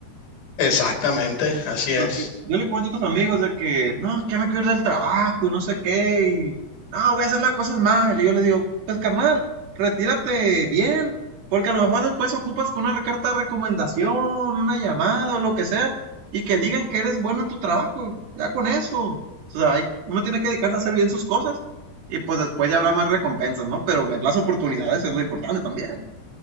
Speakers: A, on the left; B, on the right.
A: Exactamente, así es.
B: porque yo le comento a otros amigos de que, no, es que ya me quiero ir del trabajo y no sé qué, y no, voy a hacer las cosas mal, y yo le digo, pues carnal, retírate bien, porque a lo mejor después ocupas con una carta de recomendación, una llamada o lo que sea, y que digan que eres bueno en tu trabajo, ya con eso, o sea, hay- uno tiene que dedicarse a hacer bien sus cosas, y pues después ya habrá más recompensas, ¿no? Pero ver las oportunidades es lo importante también.